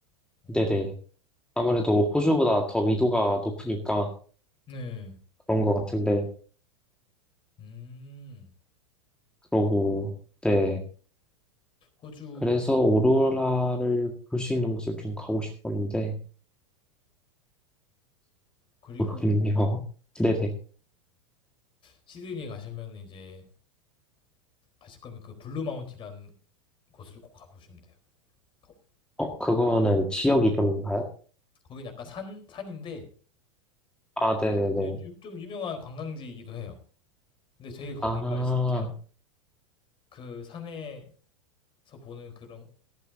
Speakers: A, on the left; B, in the centre.
A: 어.
B: 네네. 아무래도 호주보다 더 위도가 높으니까
A: 네.
B: 그런 것 같은데,
A: 음.
B: 그러고, 네.
A: 호주
B: 그래서 오로라를 볼 수 있는 곳을 좀 가고 싶었는데,
A: 그리고
B: 모르겠네요. <laughs> 네네.
A: 시드니 가시면 이제 가실 거면 그 블루 마운틴이라는 곳을 꼭 가보시면 돼요. 거,
B: 어, 그거는 지역 이름인가요?
A: 거긴 약간 산 산인데
B: 아, 네네네.
A: 유- 좀 유명한 관광지이기도 해요. 근데 되게 거기가
B: 아,
A: 진짜 그 산에서 보는 그런